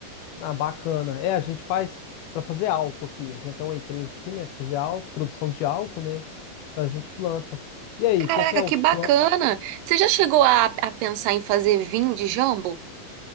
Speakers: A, on the left; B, on the right.
A: Ah, bacana. É, a gente faz para fazer álcool aqui. A gente tem uma empresa aqui, né, pra fazer álcool, produção de álcool, né? Então a gente planta. E aí,
B: Caraca,
A: o que que é os
B: que bacana!
A: planos?
B: Você já chegou a, a pensar em fazer vinho de jambo?